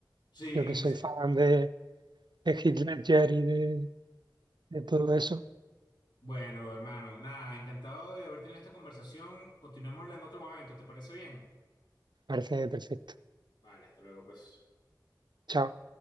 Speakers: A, on the left; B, on the right.
A: Sí,
B: Yo que soy
A: sí.
B: fan de, de Heath Ledger y de, de todo eso,
A: Bueno, hermano, nada, encantado de haber tenido esta conversación. Continuémosla en otro momento, ¿te parece bien?
B: parece perfecto.
A: Vale, hasta luego, pues.
B: Chao.